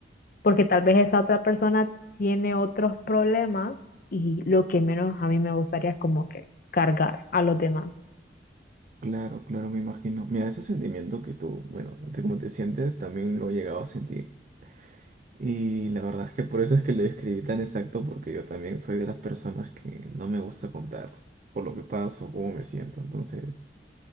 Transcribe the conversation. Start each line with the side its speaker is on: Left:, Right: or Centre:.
Left: porque tal vez esa otra persona tiene otros problemas y lo que menos a mí me gustaría es como que cargar a los demás.
Right: Claro, claro, me imagino. Mira, ese sentimiento que tú, bueno, de cómo te sientes, también lo he llegado a sentir. Y la verdad es que por eso es que lo describí tan exacto, porque yo también soy de las personas que no me gusta contar por lo que paso, cómo me siento. Entonces,